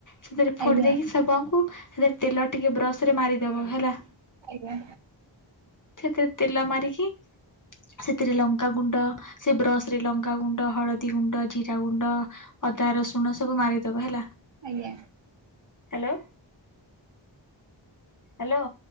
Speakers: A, on the left; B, on the right.
A: ସେଥିରେ ଫୋଡି
B: ଆଜ୍ଞା
A: ଦେଇକି ସୁଙ୍କୁ ସେଥିରେ ତେଲ ଟିକେ ବ୍ରସ ରେ ମାରିଦବ ହେଲା।
B: ଆଜ୍ଞା।
A: ସେଥିରେ ତେଲ ମାରିକି ସେଥିରେ ଲଙ୍କାଗୁଣ୍ଡ ସେ ବ୍ରସ ରେ ଲଙ୍କା ଗୁଣ୍ଡ ଗୁ ହଳଦୀ ଗୁଣ୍ଡ, ଜିରା ଗୁଣ୍ଡ ଅଦା ରସୁଣ ସବୁ, ମାରିଦବ ହେଲା।
B: ଆଜ୍ଞା।
A: Hello hello!